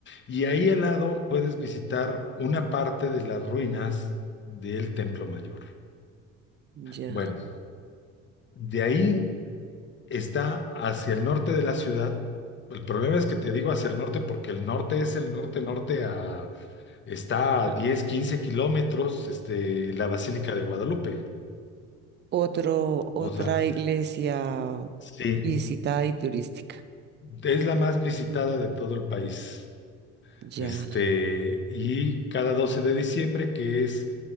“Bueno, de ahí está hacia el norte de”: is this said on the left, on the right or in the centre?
Left